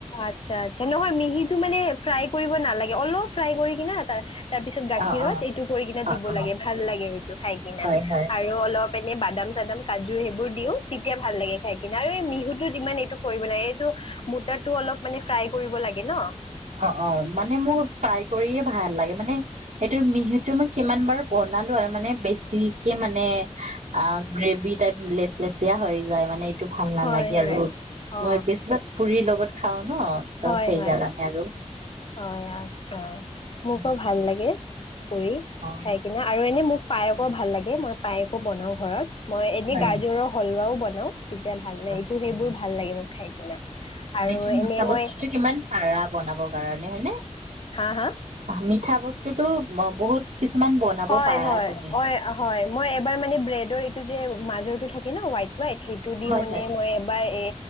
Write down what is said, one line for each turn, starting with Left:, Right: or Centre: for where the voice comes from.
Left: আচ্ছা-আচ্ছা, নহয় মিহিটো মানে ফ্ৰাই কৰিব নালাগে, অলপ ফ্ৰাই কৰি কিনে তাৰ তাৰপিছত গাখীৰত
Right: অ অ
Left: এইটো কৰি কিনে
Right: অ
Left: দিব
Right: অ
Left: লাগে, ভাল লাগে সেইটো খাই কিনে
Right: হয় হয়
Left: আৰু অলপ এনে বাদাম-চাদাম, কাজু সেইবোৰ দিওঁ, তেতিয়া ভাল লাগে খাই কিনে আৰু এই মিহুটো ইমান এইটো কৰিব নোৱাৰে, এইটো মোত ত টো অলপ মানে ফ্ৰাই কৰিব লাগে ন
Right: অ-অ, মানে মই ফ্ৰাই কৰিয়ে ভাল লাগে, মানে এইটো মিহুটো মই কিমান বাৰ বনালো আৰু মানে বেছিকে মানে, অ, গ্ৰেভি টাইপ লেচ-লেচিয়া হৈ যায়, মানে এইটো ভাল নালাগে
Left: হয় হয়
Right: আৰু
Left: অ
Right: মই বেছিভাগ পুৰীৰ লগত খাওঁ। ন, ত
Left: হয়
Right: সেইকাৰণে
Left: হয় হয়, আচ্ছা, মোকো
Right: অ
Left: ভাল লাগে। কৰি
Right: অ
Left: খাই কিনে আৰু এনেই মোক পায়হকো ভাল লাগে, মই পায়হকো বনাও ঘৰত মই এনেই
Right: হয়
Left: গাজৰ হালোৱাও বনাও। হেল্ল' তেতিয়া ভাল লাগে,
Right: অ
Left: এইটো সেইবোৰ
Right: অ
Left: ভাল লাগে মোক খাই কিনে
Right: তুমিতো
Left: আৰু
Right: মিঠা
Left: এনেই
Right: বস্তুটো
Left: মই
Right: কিমান পাৰা বনাবৰ কাৰণে হয় নে
Left: হা-হা
Right: মিঠা বস্তুতো মই বহুত কিছুমান বনাব
Left: হয়-হয়-হয়-হয়,
Right: পাৰা তুমি
Left: মই এইবাৰ মানে ব্ৰেড দৰ এইটো যে, মাজৰ টো থাকে ন হোৱাইট হোৱাইট, সেইটো দি
Right: হয়
Left: মানে
Right: হয়
Left: মই এবাৰ এ